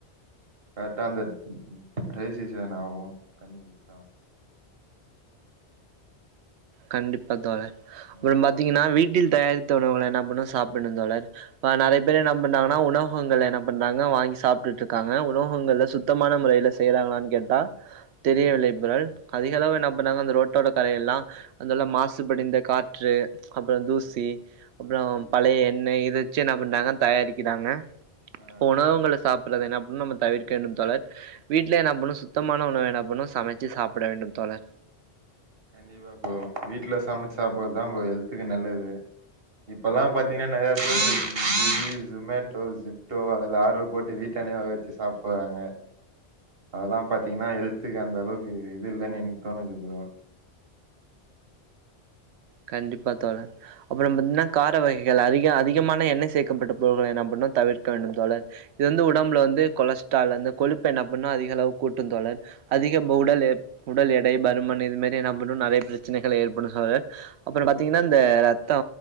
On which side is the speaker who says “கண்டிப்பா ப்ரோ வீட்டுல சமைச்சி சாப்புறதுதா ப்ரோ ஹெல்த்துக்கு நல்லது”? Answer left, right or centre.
Right